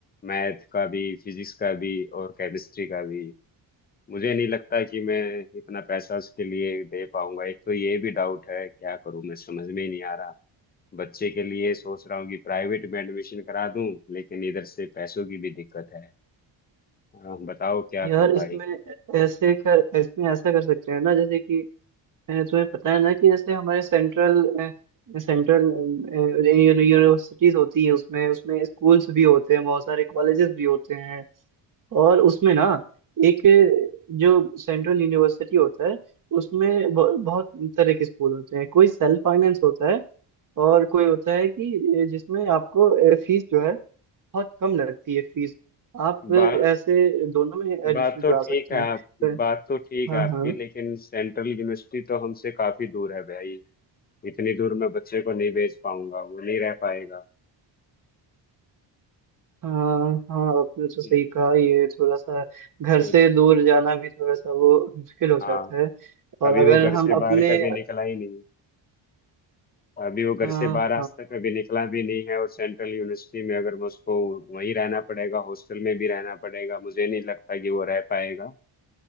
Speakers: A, on the left (about 20°); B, on the right (about 45°).
A: मैथ का भी फिजिक्स का भी और केमिस्ट्री का भी मुझे नहीं लगता कि मैं इतना पैसा उसके लिए दे पाऊंगा एक तो ये भी डाउट है क्या करूं मैं समझ में ही नहीं आ रहा बच्चे के लिए सोच रहा हूँ कि प्राइवेट में एडमिशन करा दूं लेकिन इधर से पैसों की भी दिक्कत है हाँ, बताओ क्या
B: यार
A: करूं भाई
B: इसमें ऐसे कर इसमें ऐसा कर सकते हैं ना जैसे कि अ, तुम्हें पता है ना कि जैसे हमारे सेंट्रल सेंट्रल यूनिवर्सिटीज होती है उसमें उसमें स्कूल्स भी होते हैं बहुत सारे कॉलेजेस भी होते हैं और उसमें ना एक अ, जो सेंट्रल यूनिवर्सिटी होता है उसमें बहु- बहुत तरह के स्कूल होते हैं कोई सेल्फ फाइनेंस होता है और कोई होता है कि अ, जिसमें आपको फीस जो है बहुत कम लगती है फीस आप अ, ऐसे
A: बात
B: दोनों में एडमिशन
A: बात तो
B: करा
A: ठीक
B: सकते
A: है
B: हैं
A: आपकी
B: अ,
A: बात तो ठीक
B: हाँ
A: है आपकी लेकिन सेंट्रल यूनिवर्सिटी तो हमसे काफी दूर है भाई इतनी दूर मैं बच्चे को नहीं भेज पाऊंगा वो नहीं रह पाएगा
B: हाँ हाँ आपने तो सही
A: हम्म,
B: कहा ये थोड़ा सा घर
A: क्यों-
B: से दूर जाना भी थोड़ा सा वो मुश्किल हो
A: हाँ
B: जाता है और
A: अभी वो
B: अगर
A: घर से
B: हम अपने
A: बाहर कभी निकला ही नहीं अभी वो घर
B: आ,
A: से बाहर आज तक कभी निकला भी नहीं है और सेंट्रल यूनिवर्सिटी में अगर मैं उसको वहीं रहना पड़ेगा हॉस्टल में भी रहना पड़ेगा मुझे नहीं लगता कि वो रह पाएगा